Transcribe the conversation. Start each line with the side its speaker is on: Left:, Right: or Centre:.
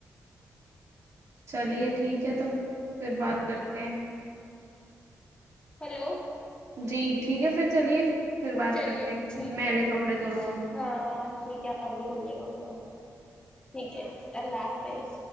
Right: چلیے ٹھیک ہے تو پھر بات کرتے ہیں
Left: ہیلو
Right: جی ٹھیک ہے پھر چلیے پھر بات
Left: چلیے
Right: کرتے ہیں
Left: ٹھیک
Right: میں
Left: ہے
Right: بھی کپڑے دھو لوں اب
Left: ہاں ٹھیک ہے آپ بھی دھجے گا اپ لوگ ٹھیک ہے اللہ حافظ